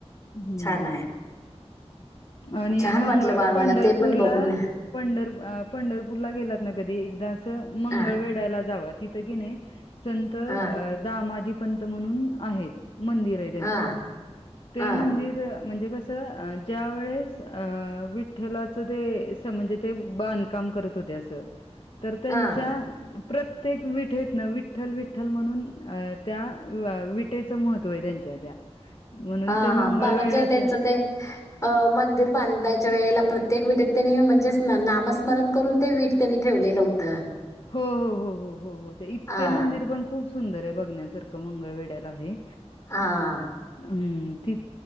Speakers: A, on the left; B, on the left.
A: हम्म
B: छान आहे
A: आणि
B: छान
A: मंगळ
B: वाटलं बाळ
A: पंढरपूरला
B: मला ते पण बघून
A: पंढर अ.. पंढरपूरला गेलात ना कधी एकदा.... असं..
B: हा
A: मंगळवेढ्याला जावा... तिथं कोणाही संत अ
B: हा
A: दामाजी पंत म्हणून आहेत... मंदिर आहे त्यांच
B: हा
A: ते
B: हा
A: मंदिर म्हणजे कस अ ज्या... स अ.. विठ्ठलाच ते सम-म्हणजे ते बांधकाम करत होते असं... तर त्यांच्या...
B: हा
A: प्रत्येक विठेतनं विठ्ठल विठ्ठल म्हणून अ.. त्या अ विठेचं महत्त्व आहे त्यांचे... त्या म्हणून
B: हा
A: ते
B: हा
A: मंगळवेढयात....
B: बा म्हणजे त्यांचं ते अ मंदिर बांधायच्या वेळेला प्रत्येक विटेत त्यांनी म्हणजे नामस्मरण करून ते वीट त्यांनी ठेवलेलं होतं...
A: हो हो हो हो हो हो इथे
B: हा
A: मंदिर पण खूप... सुंदर आहे बघण्यासारखं मंगळवेेड्याला आहे.
B: हा...
A: हम्म ति..